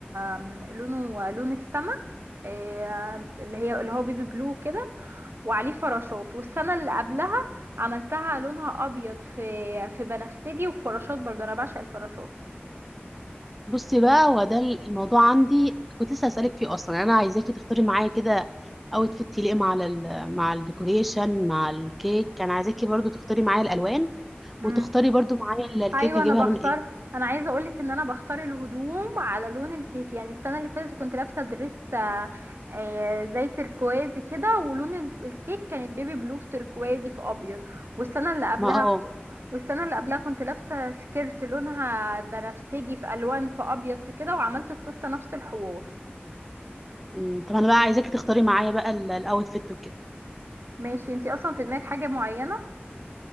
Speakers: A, on the right (about 70°); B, in the centre.
A: آم، لونه لون السما آه، اللي هي اللي هو بيبي بلو كده وعليه فراشات والسنة اللي قبلها عملتها لونها ابيض في في بنفسجي وفراشات برضه انا بعشق الفراشات
B: بصي بقى هو ده الموضوع عندي كنت لسه هسألك فيه اصلا يعني انا عايزاكي تختاري معايا كده اوتفيت يليق مع ال مع الديكوريشن مع الكيك كان عايزاكي برضو تختاري معايا الالوان
A: امم
B: وتختاري برضو معايا ال- الكيك
A: ايوه
B: اجيبها
A: انا بختار
B: لون ايه
A: انا عايزه اقولك ان انا بختار الهدوم على لون الكيك يعني السنه اللي فاتت كنت لابسه دريس آه، آه، زي تركوازي كده ولون ال- الكيك كانت بيبي بلو في تركوازي في ابيض والسنه اللي قبلها
B: ما اه
A: ك- والسنه اللي قبلها كنت لابسه سكيرت لونها بنفسجي في الوان في ابيض في كده وعملت التورته نفس الحوار
B: أمم، طب انا بقى عايزاكي تختاري معايا بقى الاوتفيت وكده
A: ماشي انتي اصلا في دماغك حاجه معينه